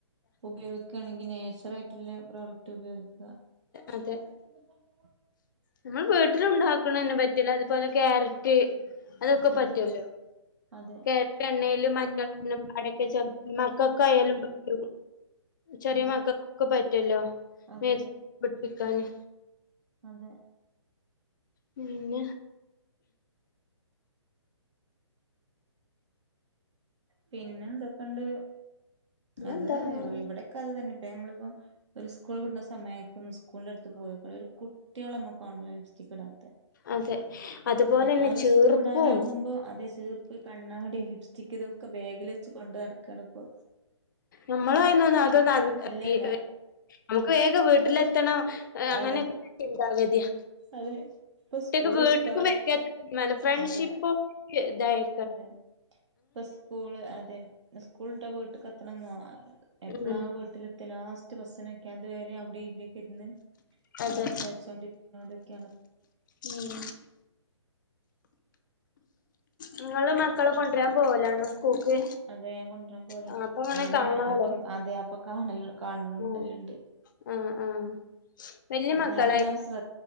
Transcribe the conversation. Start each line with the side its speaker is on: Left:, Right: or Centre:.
Right: ഉപയോഗിക്കാണെങ്കിൽ നെച്ചറായിട്ടുള്ള പ്രോഡക്റ്റ് ഉപയോഗിക്കുക. <unintelligible>
Left: അതെ നമ്മൾ വീട്ടിൽ ഉണ്ടാക്കണന്നെ പറ്റില്ല അതുപോലെ ക്യാര അതൊക്കെ
Right: അതെ
Left: പറ്റോലോ
Right: അതെ
Left: ക്യാരറ്റ്എണ്ണയില് മഞ്ഞളും <unintelligible> ചേർത്ത് മക്കൾക്കയാലും പറ്റും. ചെറിയ
Right: അതെ
Left: മക്കൾക്കൊക്കെ പറ്റുവല്ലോ
Right: അതെ
Left: നേ <inaudible> പിടിപ്പിക്കാന്.
Right: അതെ.
Left: പിന്നെ.
Right: പിന്നെ എന്തൊക്കെണ്ട്
Left: പിന്നെന്താ
Right: അത്
Left: അങ്ങനെ
Right: ഇവിടൊക്കെ അത് തന്നെ ഇപ്പ നമ്മളിപ്പോ. ഒരു സ്കൂൾ വിടുന്ന സമയത്തും സ്കൂളിൻ്റെ അടുത്ത് പോയ് നോക്കേണ്ടു ഒരു കുട്ടിളെ നമ്മക്ക് കാണുല്ല ലിപ്സ്റ്റിക് ഇടാതെ.
Left: അതെ അതുപോലെന്നെ
Right: <inaudible> ഏ ആ ഒരു
Left: ചീർപ്പും
Right: സ്കൂൾ വിടാനാകുമ്പോ അതെ ചീർപ്പ് കണ്ണാടി ലിപ്സ്റ്റി. <unintelligible> ഇതൊക്കെ ബാഗിൽ വെച്ച് കൊണ്ട് നടക്കാണ് ഇപ്പൊ.
Left: നമ്മളായിനന്ന് അതൊന്നും <unintelligible>
Right: ഇല്ലല്ല
Left: നമുക്ക് വേഗം വീട്ടിലെത്തണം അങ്ങനെ
Right: അതെ
Left: <unintelligible> ചിന്താഗതിയാ.
Right: അതെ. ഇപ്പൊ സ്കൂള്
Left: കുട്ടിക്ക്
Right: വിട്ടാ
Left: വീട്ടുക്കും വ <inaudible> ഫ്രണ്ട്ഷിപ്പോ
Right: അതെ
Left: ഇതായി.
Right: അതെ ഇപ്പൊ സ്കൂൾ അതെ. സ്കൂൾ വിട്ട വീട്ടിക്ക് എത്തണെന്നോ എപ്പളാ
Left: ഉം
Right: വീട്ടിൽ. ലാസ്റ്റ് ബസ്സിനൊക്കെ അതുവരെ അവിടെ ഇവിടേക്ക് ഇരുന്ന്.
Left: അതെ
Right: സംസാരിച്ചൊണ്ടിരി <unintelligible> അതൊക്കെയാണ്.
Left: ഉം. നിങ്ങള് മക്കളെ കൊണ്ടരാൻ പോവലാണോ സ്കൂൾക്ക്.
Right: അതെ ഞാൻ കൊണ്ടരാൻ പോല
Left: ആഹ് അപ്പൊ അങ്ങനെ
Right: അങ്ങനെയാണ്
Left: കാണാലോ
Right: അപ്പം അതെ അപ്പം കാണല് കാണലുണ്ട്.
Left: ആഹ് ആഹ് ആഹ് വല്യ
Right: അപ്പൊ
Left: മക്കളായി
Right: ഞാൻ അങ്ങനെ ശ്ര